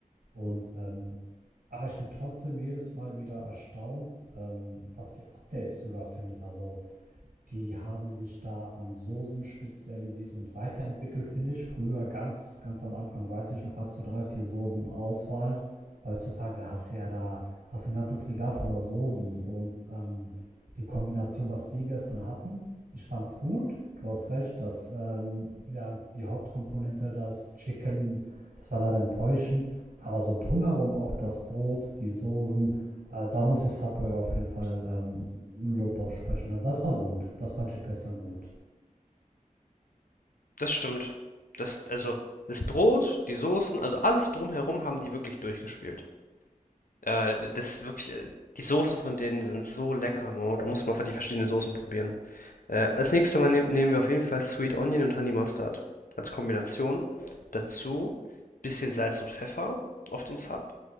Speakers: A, on the right; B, on the left.
A: Und ähm, aber ich bin trotzdem jedes Mal wieder erstaunt, ähm, was für Updates du da findest. Also die haben sich da an Soßen spezialisiert und weiterentwickelt, finde ich. Früher, ganz, ganz am Anfang, weiß ich noch, hattest du drei, vier Soßen Auswahl. Heutzutage hast du ja da hast du ein ganzes Regal voller Soßen und ähm, die Kombination, was wir gestern hatten, ich fand's gut. Du hast recht, dass ähm, ja, die Hauptkomponente, das Chicken, das war leider enttäuschend. Aber so drumherum auch das Brot, die Soßen, äh, da muss ich Subway auf jeden Fall ähm, Lob aussprechen. Das war gut. Das fand ich gestern gut.
B: Das stimmt. Das, also, das Brot, die Soßen, also alles drumherum haben die wirklich durchgespielt. Äh, das wirklich, äh, die Soßen von denen sind so lecker, Mo. Du musst mal die verschiedenen Soßen probieren. Äh, als nächstes Mal nehm, nehmen wir auf jeden Fall Sweet Onion und Honey Mustard als Kombination. Dazu bisschen Salz und Pfeffer auf den Sub